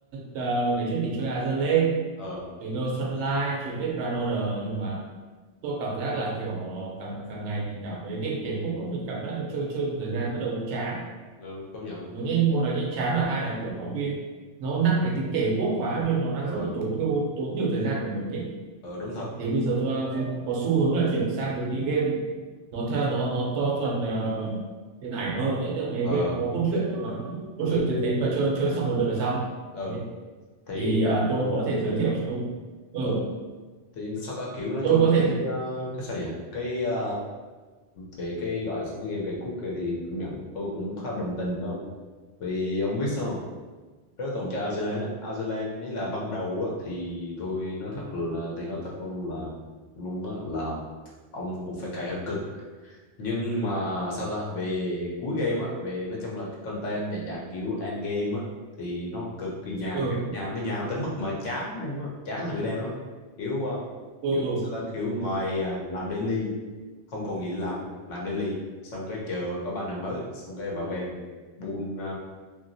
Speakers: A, on the right; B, on the left.
A: ờ, ngày trước thì chơi Azur Lane
B: ờ
A: chơi Ghost Sunlight chơi Fate Grand Order nhưng mà tôi cảm giác là kiểu ờ, càng càng ngày thì cảm mấy cái cái khúc lúc mình cảm giác là chơi chơi một thời gian bắt đầu chán
B: ừ, công nhận
A: nó nhanh một là nhanh chán và hai là kiểu nó bị nó nặng cái tính kể quốc quá nên nó đang
B: ờ
A: rất là tốn tốn nhiều thời gian của mình ấy
B: ờ đúng thật
A: thì bây giờ tôi có xu hướng là chuyển sang một cái game nó theo nó nó to thuần ờ, điện ảnh hơn đấy tức là cái
B: ờ
A: game nó có cốt truyện mà cốt
B: ừ
A: truyện tuyến tính và chơi chơi xong một lượt là xong
B: ờ
A: đấy.
B: thì
A: thì à, tôi
B: ờ
A: có
B: đó
A: thể giới thiệu cho ông ừ
B: ờ thì sao ta kiểu nói
A: tôi
B: trong
A: có thể
B: cái ờ, cái sao nhỉ cái ờ, về cái gọi là sao, cái game cây cút kia thì công nhận tôi cũng khá đồng tình đúng không vì ông biết sao không? rất tôn trọng Iceland á Iceland ấy là ban đầu á thì tôi nói thật là thì nói thật luôn là luôn á là ông cũng phải cày hơi cực nhưng mà sao ta về cuối game á về nói chung là cái content dạng dạng kiểu end game á thì nó cực kỳ nhàn
A: ừ
B: kiểu nhàn nó nhàn tới mức mà chán luôn á chán thì bị đen lắm á. kiểu ờ,
A: ừ
B: kiểu
A: ừ
B: sao ta kiểu ngoài à, làm daily không còn gì để làm ấy. làm daily xong cái chờ có banner mới xong cái vào game bùn uh,